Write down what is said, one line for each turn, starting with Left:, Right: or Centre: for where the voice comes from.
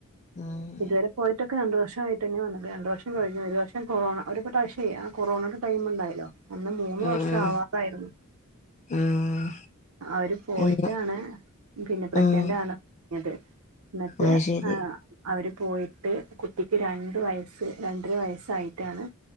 Left: ആഹ്
Right: ഇതുവരെ പോയിട്ടൊക്കെ രണ്ട് വർഷം കഴിഞ്ഞിട്ട് തന്നെയ വന്നത് രണ്ടു വർഷം കഴിഞ്ഞ് ഒരു വർഷം കൊറോണ ഒരു പ്രാവശ്യേ ആ കൊറോണെട ടൈമുണ്ടായല്ലോ ഒന്ന് മൂന്ന്
Left: ആഹ്
Right: വർഷം ആവാത്തായിരുന്നു.
Left: ആഹ്
Right: അവര് പോയിട്ടാണ്
Left: ആഹ്
Right: പിന്നെ പ്രഗ്നന്റ്
Left: ആഹ്
Right: ആണ് <unintelligible> എന്നിട്ട്
Left: അത് ശരി
Right: ആഹ് അവര് പോയിട്ട് കുട്ടിക്ക് രണ്ട് വയസ്സ് രണ്ടര വയസ്സായിട്ടാണ്